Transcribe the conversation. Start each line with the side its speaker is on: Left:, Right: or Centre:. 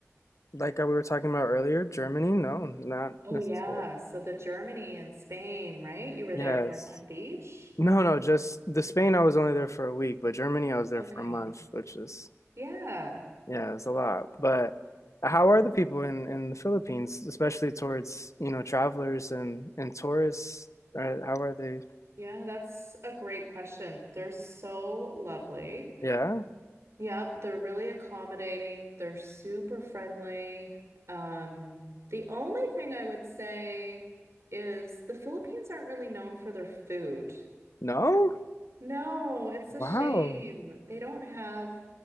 Left: like we were talking about earlier, Germany? No, not
Right: Oh
Left: necessarily.
Right: yeah, so the Germany and Spain, right? You were
Left: Yes.
Right: there for a month each?
Left: No, no, just the Spain, I was only there for a week, but Germany, I was there
Right: Okay.
Left: for a month, which is
Right: Yeah.
Left: Yeah, it's a lot. But how are the people in in the Philippines, especially towards, you know, travelers and and tourists? Are, how are they?
Right: Yeah, that's a great question. They're so lovely.
Left: Yeah?
Right: Yep, they're really accommodating. They're super friendly. Um, the only thing I would say is the Philippines aren't really known for their food.
Left: No?
Right: No, it's a
Left: Wow.
Right: shame. They don't have